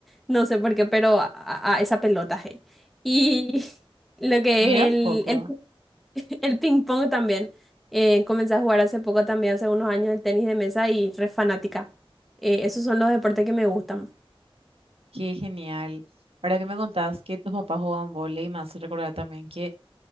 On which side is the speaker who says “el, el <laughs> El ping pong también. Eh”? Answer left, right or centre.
Centre